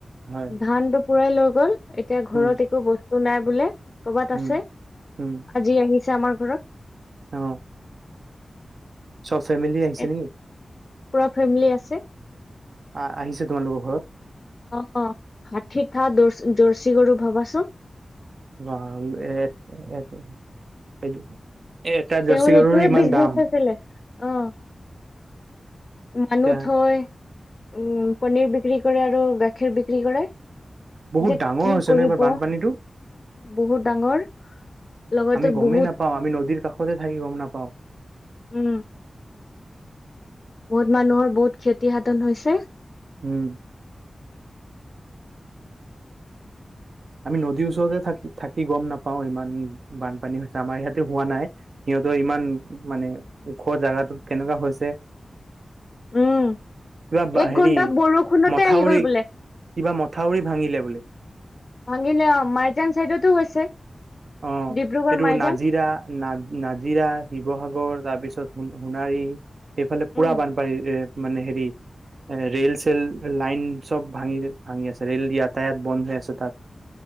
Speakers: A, on the right; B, on the left.
A: হয়
B: ধান টো পুৰাই লৈ গ'ল। এতিয়া ঘৰত
A: উম
B: একো বস্তু নাই বোলে, কৰ'বাত
A: উম
B: আছে।
A: উম
B: আজি আহিছে আমাৰ ঘৰত।
A: অ। চব ফেমিলি আহিছে
B: এ
A: নেকি?
B: পুৰা ফেমিলি আছে।
A: অ, অ, আহিছে তোমালোকৰ ঘৰত?
B: অ, অ, ষাঠিটা দ জাৰ্চি গৰু ভাবাচোন?
A: অ, এ, হে, সেইটোৱে। এ এটা
B: তেওঁৰ
A: জাৰ্চি গৰুৰো
B: এইটোয়ে
A: ইমান
B: বিজনেচ
A: দাম।
B: আছিলে অ মানুহ
A: এতিয়া
B: থৈ, উম, পনীৰ বিক্ৰী কৰে আৰু গাখীৰ বিক্ৰী কৰে।
A: বহুত
B: এতিয়া
A: ডাঙৰ
B: কি
A: হৈছে
B: কৰিব,
A: ন এইবাৰ বানপানীটো
B: বহুত ডাঙৰ। লগতে
A: আমি গমেই
B: বহুত
A: নাপাওঁ, আমি নদীৰ কাষতে থাকি গম নাপাওঁ।
B: উম। বহুত মানুহৰ, বহুত ক্ষতি সাধন হৈছে।
A: উম। আমি নদীৰ ওচৰতে থাকি- থাকি গম নাপাও। ইমান বানপানী হৈছে আমাৰ ইয়াতে হোৱা নাই। সিহঁতৰ ইমান মানে ওখ জাগাটোত কেনেকুৱা হৈছে।
B: উম,
A: পুৰা কিবা
B: এক
A: হেৰি
B: ঘন্টা বৰষুণতে
A: মথাউৰি।
B: আহি গ'ল বোলে।
A: কিবা মথাউৰি ভাঙিলে বোলে।
B: ভাঙিলে আ। মাইজান চাইডতো হৈছে।
A: অ,
B: ডিব্ৰুগড়
A: এইটো
B: মাইজান।
A: নাজিৰা। না নাজিৰা, শিৱসাগৰ তাৰপিছত সোণাৰী সেইফালে
B: উম,
A: পুৰা বানপানী এ মানে হেৰি এ ৰেল চেল লাইন চব ভাঙি ভাঙি আছে ৰেল যাতায়াত বন্ধ হৈ আছে তাত।